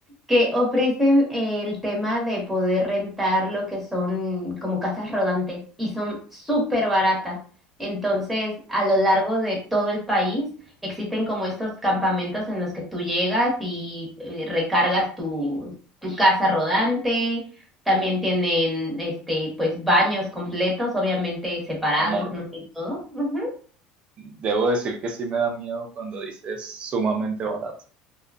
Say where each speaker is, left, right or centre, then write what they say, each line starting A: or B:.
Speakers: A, in the centre; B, on the right (about 35°).
A: que ofrecen el tema de poder rentar lo que son como casas rodantes y son súper baratas. Entonces, a lo largo de todo el país existen como estos campamentos en los que tú llegas y eh, recargas tu, tu casa rodante. También tienen este pues baños completos, obviamente separados,
B: Amor,
A: no de todo. Ujú.
B: debo decir que sí me da miedo cuando dices sumamente barato.